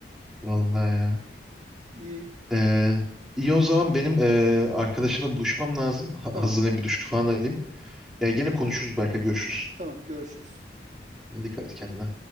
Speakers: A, in the centre; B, on the right.
A: Vallahi ya.
B: <laughs> İyi,
A: Ee, iyi o zaman benim ee, arkadaşımla buluşmam lazım. Ha-
B: tamam,
A: Hazırlayayım bir duş falan alayım. Ee, gene konuşuruz belki. Görüşürüz.
B: tamam görüşürüz.
A: Ne dikkat et kendine.